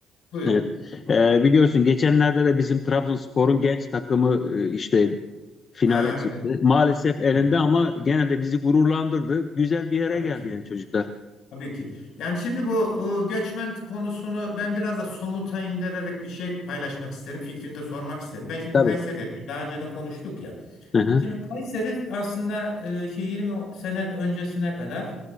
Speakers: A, on the left (about 75°); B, on the left (about 45°).
A: buyur.
B: Evet. Ee, biliyorsun geçenlerde de bizim Trabzonspor'un genç takımı e, işte finale
A: Ha
B: çıktı.
A: evet.
B: Maalesef elinde
A: Evet.
B: ama gene de bizi gururlandırdı. Güzel bir yere
A: Tabii
B: geldi
A: ki.
B: yani çocuklar.
A: Tabii ki. Yani şimdi bu e, göçmen konusunu ben biraz da somuta indirerek bir şey paylaşmak isterim. Fikrini de sormak isterim. Ben şimdi
B: Tabii.
A: Kayseri'de daha önceden konuştuk ya.
B: Hı hı.
A: Şimdi Kayseri aslında e, şey 20 sene öncesine kadar